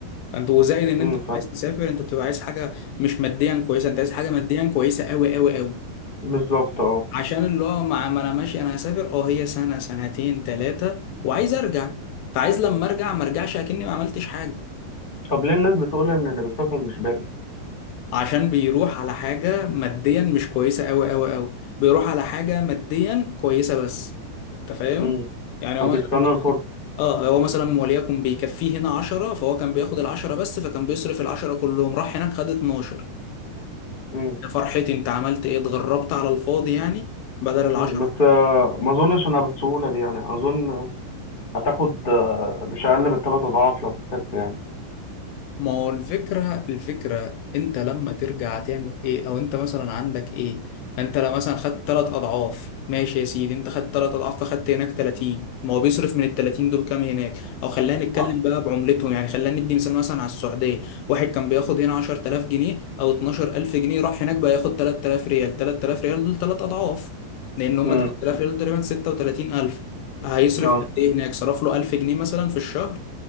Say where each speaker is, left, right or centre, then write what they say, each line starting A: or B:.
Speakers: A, on the left; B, on the left.
A: انت وزائد ان
B: امم
A: انت
B: فاهم
A: عايز تسافر انت بتبقى عايز حاجه مش ماديا كويسه انت عايز حاجه ماديا كويسه قوي قوي قوي
B: بالظبط اه
A: عشان اللي هو مع ما انا ماشي انا هسافر اه هي سنه سنتين ثلاثه وعايز ارجع فعايز لما ارجع ما ارجعش اكني ما عملتش حاجه
B: طب ليه الناس بتقول ان اللي بيسافر مش بارد
A: عشان بيروح على حاجة ماديا مش كويسة أوي أوي أوي بيروح على حاجة ماديا كويسة بس أنت فاهم؟
B: امم
A: يعني
B: فبيستنى
A: هو مثلا بياخد-
B: الفرصة
A: اه هو مثلا وليكن بيكفيه هنا 10 فهو كان بياخد العشرة بس فكان بيصرف العشرة كلهم راح هناك خد 12
B: امم
A: يا فرحتي انت عملت ايه اتغربت على الفاضي يعني بدل العشرة
B: بس آه، ما اظنش انها بالسهولة دي يعني اظن هتاخد آه، مش اقل من ثلاث اضعاف لو سافرت يعني
A: ما هو الفكرة الفكرة انت لما ترجع تعمل ايه او انت مثلا عندك ايه انت لو مثلا خدت تلات اضعاف ماشي يا سيدي انت خدت تلات اضعاف فخدت هناك 30 ما هو بيصرف من ال 30 دول كام هناك او خلينا نتكلم
B: آه،
A: بقى بعملتهم يعني خلينا ندي مثال مثلا على السعودية واحد كان بياخد هنا 10000 جنيه او 12000 جنيه راح هناك بقى ياخد 3000 ريال 3000 ريال دول تلات اضعاف لان هم
B: امم
A: 3000 ريال دول تقريبا 36000 هيصرف
B: اه
A: قد ايه هناك صرف له 1000 جنيه مثلا في الشهر